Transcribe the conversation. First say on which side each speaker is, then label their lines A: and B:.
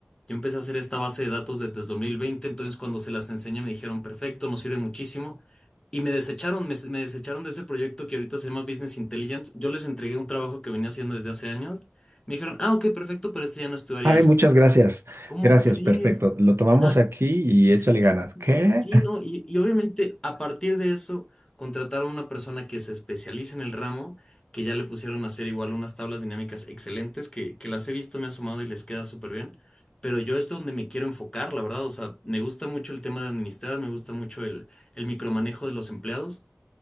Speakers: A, on the left; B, on the right.
A: yo empecé a hacer esta base de datos desde 2020, entonces cuando se las enseñé me dijeron, perfecto, nos sirve muchísimo. Y me desecharon, me, me desecharon de ese proyecto que ahorita se llama Business Intelligence. Yo les entregué un trabajo que venía haciendo desde hace años. Me dijeron, ah, ok, perfecto, pero este ya no es tu área.
B: Ay, muchas gracias,
A: ¿Cómo
B: gracias,
A: crees?
B: perfecto. Lo tomamos
A: Ajá,
B: aquí y
A: exacto.
B: échale ganas. ¿Qué?
A: Sí, ¿no? Y, y obviamente a partir de eso contrataron a una persona que se especializa en el ramo, que ya le pusieron a hacer igual unas tablas dinámicas excelentes, que, que las he visto, me he asomado y les queda súper bien. Pero yo es donde me quiero enfocar, la verdad. O sea, me gusta mucho el tema de administrar, me gusta mucho el, el micromanejo de los empleados